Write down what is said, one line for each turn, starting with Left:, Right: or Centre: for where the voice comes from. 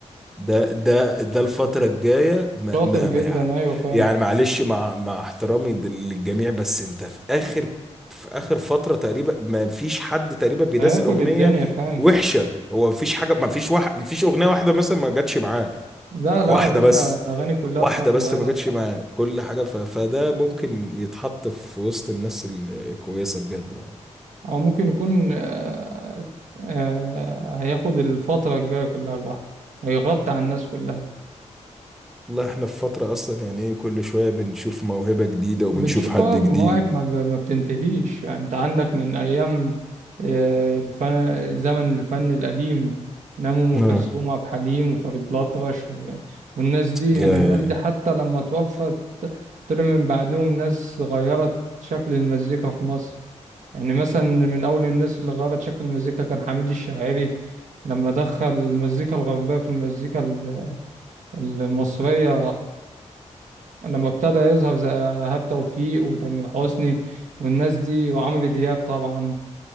Centre: ده ده ده الفترة الجاية ما
Right: شاطر
Centre: ما
Right: جدا
Centre: ما
Right: ايوه فعلا
Centre: يعني معلش مع مع احترامي للجميع بس انت في اخر في اخر فترة تقريبا ما فيش حد تقريبا بينزل
Right: هياكل
Centre: اغنية
Right: الدنيا فعلا
Centre: وحشة هو ما فيش حاجة ما فيش واحد ما فيش اغنية واحدة مثلا ما جاتش معاه
Right: لا لا
Centre: واحدة
Right: يا باشا
Centre: بس
Right: الاغاني كلها
Centre: واحدة
Right: بتاعته
Centre: بس
Right: رايقه
Centre: ما جاتش
Right: بصراحه
Centre: معاه كل حاجة ف... فده ممكن يتحط في وسط الناس الكويسة بجد يعني
Right: او ممكن يكون آه، آه، هياخد الفترة الجاية كلها لوحده هيغطي على الناس كلها
Centre: والله احنا في فترة اصلا يعني ايه كل شوية بنشوف موهبة جديدة وبنشوف
Right: بتشوف
Centre: حد
Right: اه
Centre: جديد
Right: مواهب ما ب- ما بتنتهيش يعني انت عندك من ايام آه، الفن زمن الفن القديم نعم ام
Centre: اه
Right: كلثوم وعبد الحليم وفريد الأطرش و... والناس دي يعني
Centre: يا
Right: الناس دي حتى لما توفت طلع من بعدهم ناس غيرت شكل المزيكا في مصر يعني مثلا من أول الناس اللي غيرت شكل المزيكا كان حميد الشاعري لما دخل المزيكا الغربية في المزيكا ال- ال- المصرية لما ابتدى يظهر زي إيهاب توفيق وتامر حسني والناس دي وعمرو دياب طبعا